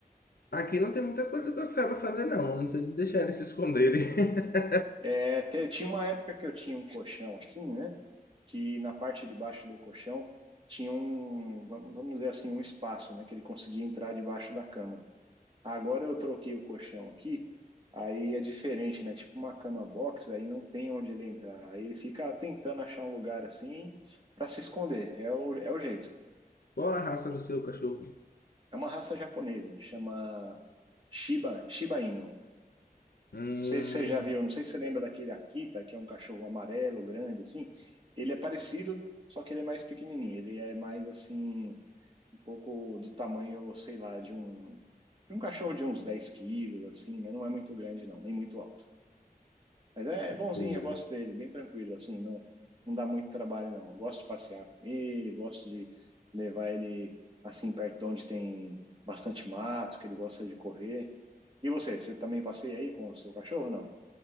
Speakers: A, on the left (about 75°); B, on the right (about 35°).
A: Aqui não tem muita coisa que eu saiba fazer, não. A não ser deixar eles se esconderem. <laughs>
B: É, te- tinha uma época que eu tinha um colchão assim, né? Que na parte de baixo do colchão tinha um, vamos vamos dizer assim, um espaço, né? Que ele conseguia entrar debaixo da cama. Agora eu troquei o colchão aqui, aí é diferente, né? Tipo uma cama box, aí não tem onde ele entrar. Aí ele fica tentando achar um lugar assim para se esconder. É o, é o jeito.
A: Qual a raça do seu cachorro?
B: É uma raça japonesa, chama Shiba, Shiba Inu.
A: Hum,
B: Não sei se você já viu, não sei se você lembra daquele Akita, que é um cachorro amarelo, grande, assim. Ele é parecido, só que ele é mais pequenininho. Ele é mais assim, um pouco do tamanho, sei lá, de um, de um cachorro de uns 10 quilos, assim, né? Não é muito grande, não, nem muito alto. Mas é é bonzinho,
A: não lembro.
B: eu gosto dele, bem tranquilo, assim, não, não dá muito trabalho, não. Eu Gosto de passear com ele, gosto de levar ele, assim, perto de onde tem bastante mato, que ele gosta de correr. E você, você também passeia aí com o seu cachorro, não?